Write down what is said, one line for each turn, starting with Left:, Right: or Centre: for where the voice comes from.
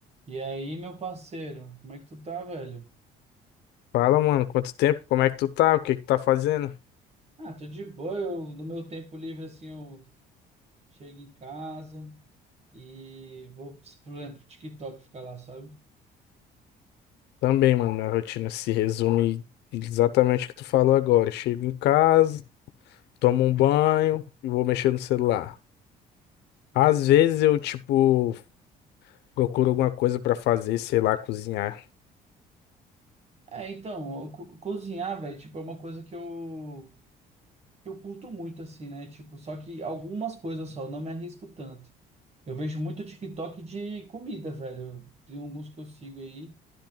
Right: E aí, meu parceiro, como é que tu tá, velho?
Left: Fala, mano, quanto tempo? Como é que tu tá? O que que tá fazendo?
Right: Ah, tô de boa. Eu, no meu tempo livre, assim, eu chego em casa e vou, por exemplo, pro TikTok ficar lá, sabe?
Left: Também, mano, minha rotina se resume exatamente o que tu falou agora. Eu Chego em casa, tomo um banho e vou mexer no celular. Às vezes eu, tipo, procuro alguma coisa pra fazer, sei lá, cozinhar.
Right: É, então, eu co- cozinhar, velho, tipo, é uma coisa que eu, que eu curto muito, assim, né? Tipo, só que algumas coisas só, eu não me arrisco tanto. Eu vejo muito TikTok de comida, velho. Tem alguns que eu sigo aí.